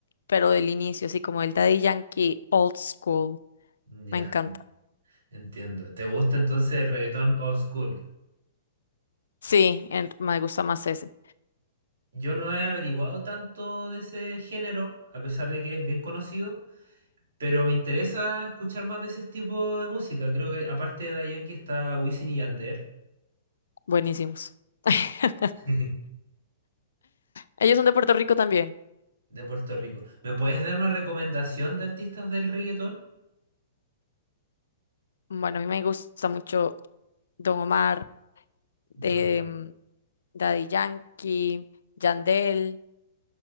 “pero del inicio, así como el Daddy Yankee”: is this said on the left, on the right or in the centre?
Left